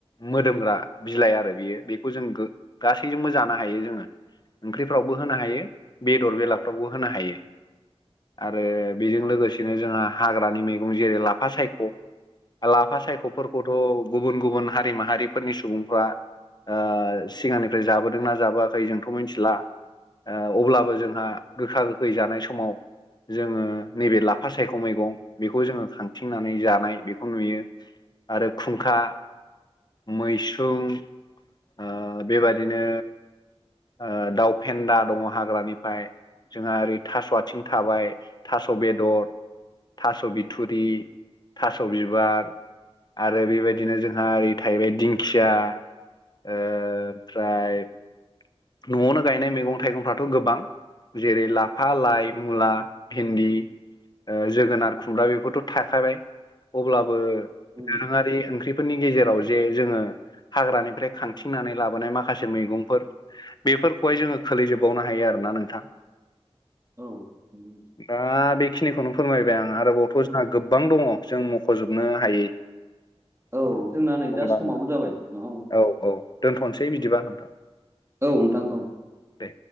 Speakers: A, on the left; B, on the right.
A: मोदोमग्रा बिलाइ आरो बियो बेखौ जों गो गासैजोंबो जानो हायो जोङो। ओंख्रिफ्रावबो होनो हायो बेदर बेलाफ्रावबो होनो हायो आरो बेजों लोगोसेनो जोंहा हाग्रानि मैगं जेरै लाफा सायख' लाफा सायख'फोरखौथ' गुबुन गुबुन हारि माहारिफोरनि सुबुंफ्रा ओ सिगांनिफ्राय जाबोदों ना जाबोआखै जोंथ' मिनथिला ओ अब्लाबो जोंहा गोखा गोखै जानाय समाव जोङो नैबे लाफा सायख' मैगं बेखौ जोङो खांथिंनानै जानाय बेखौ नुयो। आरो खुंखा मैस्रुं ओ बेबादिनो ओ दाउ फेन्दा दङ' हाग्रानिफाय जोंहा ओरै थास' आथिं थाबाय थास' बेदर थास' बिथुरि थास' बिबार आरो बेबायदिनो जोंहा ओरै थाहैबाय दिंखिया ओ ओमफ्राय न'आवनो गायनाय मैगं थाइगंफ्राथ' गोबां जेरै लाफा लाइ मुला भिन्दि ओ जोगोनार खुमब्रा बेफोरथ' थाखाबाय। अब्लाबो दोरोङारि
B: औ
A: ओंख्रिफोरनि गेजेराव जे जोङो हाग्रानिफ्राय खांथिंनानै लाबोनाय माखासे मैगंफोर बेफोरखौहाय जोङो खोलैजोबबावनो हायो आरोना नोंथां।
B: औ, नंगौ।
A: दा बेखिनिखौनो फोरमायबाय आं आरोबावथ' खौ जोंहा गोबां दङ' जों मख'जोबनो हायै
B: औ
A: अब्ला
B: जोंना नै दा समाबो
A: न
B: जाबाय नङा होमबा?
A: औ औ दोनथ'नोसै बिदिबा नोंथां।
B: औ नोंथां औ।
A: दे।